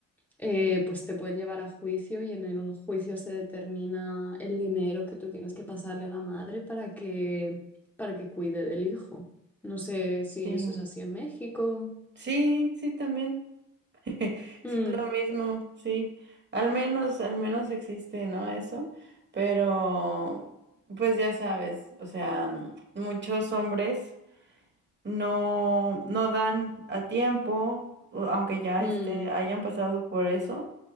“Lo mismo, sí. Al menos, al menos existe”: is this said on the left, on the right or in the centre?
Right